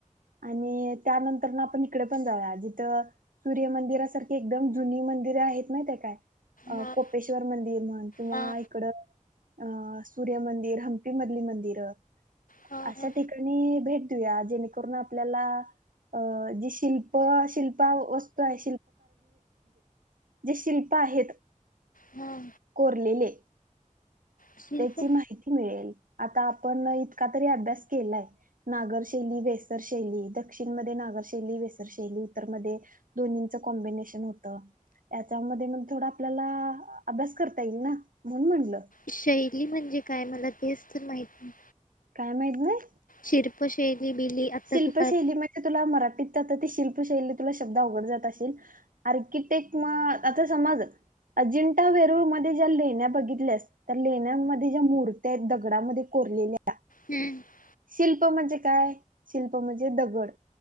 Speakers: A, on the right; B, on the left.
A: आणि त्यानंतर आपण इकडे पण जाऊया जिथं सूर्यमंदिरासारखी एकदम जुनी मंदिर आहेत नाही ते काय
B: हा
A: कोपेश्वर मंदिर म्हण किंवा
B: हा
A: इकड अ सूर्यमंदिर हंपीमधली मंदिर
B: हा
A: अशा
B: हा
A: ठिकाणी भेट देऊया जेणेकरून आपल्याला अ जी शिल्प शिल्पा वस्तू आहे शिल्प आहेत
B: हा
A: कोरलेले
B: शिल्प
A: त्याची माहिती मिळेल आता आपण इतका तरी अभ्यास केलाय नागरशैली वेसर शैली दक्षिणमध्ये नागर शै वेसर शैली इतर म दोन्ही च कॉम्बिनेशन होत याच्यामध्ये मग थोडा आपल्याला अभ्यास करता येईल ना म्हणून म्हणल
B: शैली म्हणजे काय मला तेच तर माहित नाही
A: काय माहित नाही
B: शिल्प शैली बिली आता
A: शिल्पशैली
B: तू काय
A: म्हणजे तुला मराठीत आ ती शिल्पशैली तुला शब्द उघड जात असेल आर्किटेक्ट म आता समज अजिंठा वेरूळमध्ये ज्या लेण्या बघितल्यास त्या लेण्यामध्ये ज्या मूर्त्या आहेत दगडामध्ये उरलेल्या
B: हम्म
A: शिल्प म्हणजे काय शिल्प म्हणजे दगड